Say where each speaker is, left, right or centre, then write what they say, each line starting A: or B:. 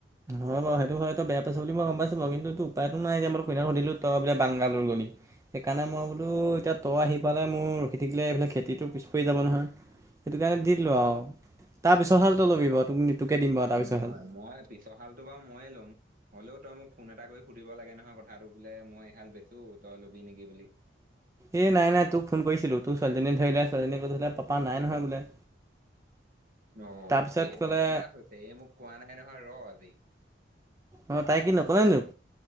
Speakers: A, on the right; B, on the right.
A: হয় বাৰু সেইটো হয় তই বেয়া পাইছ' বুলি মই গ'ম পাইছো বাৰু কিন্তু সে উপায়টো নাই এতিয়া মই তোক সেইদিনা সুধিলোঁ তই বোলে বাংগালুৰ গ'লি। সেইকাৰণে মই বোলো এতিয়া তই আহি পাৱালে মোৰ ৰখি থাকিলে এইফালে খেতিটো পিছ পৰি যাব নহয়। সেইটো কাৰণে দি দিলো আৰু, তাৰপিছৰ হাল তই ল'বি বাৰু তোক তোকে দিম বাৰু তাৰপিছৰ
B: নহয়
A: হাল।
B: মই পিছৰ হালটো বাৰু ময়ে ল'ম। হ'লেও তই মোক ফোন এটা কৰি সুধিব লাগে নহয় কথাটো বোলে মই এইহাল বেচো তই ল'বি নেকি বুলি।
A: এই নাই নাই তোক ফোন কৰিছিলোঁ তোৰ ছোৱালীজনীয়ে ধৰিলে ছোৱালীজনী কৈছিলে পাপা নাই নহয় বোলে।
B: অ',
A: তাৰপিছত
B: এই
A: ক'লে
B: বদমাছ আছে এই মোক কোৱা নাই নহয় ৰ' আজি।
A: অ' তাই কি নকলে নি তোক?